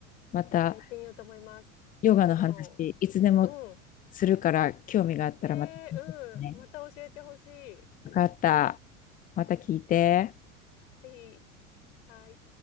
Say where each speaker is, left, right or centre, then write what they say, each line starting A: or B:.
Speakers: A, on the left; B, on the left.
A: また
B: やってみようと思います。
A: ヨガの話、
B: ヨガの。
A: いつでも
B: うん。
A: するから、興味があったらまた聞いてね。
B: えー、うん。また教えてほしい。
A: よかった。また聞いて。
B: ぜひ。はい。